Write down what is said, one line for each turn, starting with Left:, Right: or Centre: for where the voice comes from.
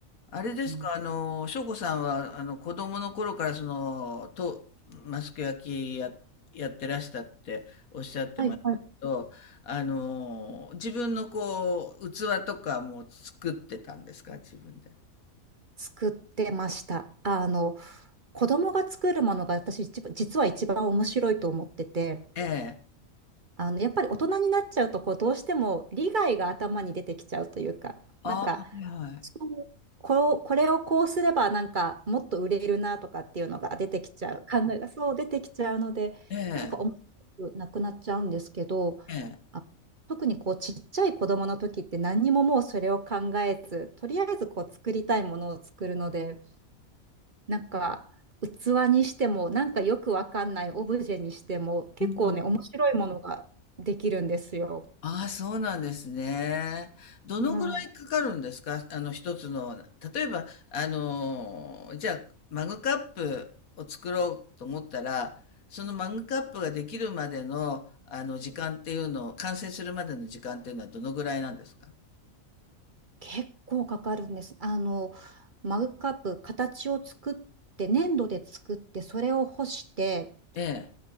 Left: あれですか、
Right: うん
Left: あの、翔子さんは、あの、子供の頃から、その、と、マスク焼きや、やってらしたっておっしゃってましたけど、
Right: はいはい。
Left: あの、自分のこう、器とかも作ってたんですか、自分で。
Right: 作ってました。あの、子供が作るものが私一番、実は一番面白いと思ってて、
Left: ええ。
Right: あの、やっぱり大人になっちゃうと、こう、どうしても利害が頭に出てきちゃうというか、
Left: ああ、
Right: なんか、
Left: はいはい。
Right: そうこう、これをこうすれば、なんか、もっと売れるなとかっていうのが出てきちゃう、考えがそう出てきちゃうので、
Left: ええ、
Right: なんか面白くなくなっちゃうんですけど、
Left: ええ。
Right: あ特にこう、ちっちゃい子供の時って何にももうそれを考えず、とりあえずこう、作りたいものを作るので、なんか器にしてもなんかよくわかんないオブジェにしても結構ね面白いものができるんですよ。
Left: うんああ、そうなんですね。どのぐらいかかるんですかあの、
Right: はい。
Left: 一つの、例えば、あのー、じゃあ、マグカップを作ろうと思ったら、そのマグカップができるまでの、あの、時間っていうのを、完成するまでの時間っていうのはどのぐらいなんですか
Right: 結構かかるんです。あのマグカップ形を作って粘土で作ってそれを干して
Left: ええ。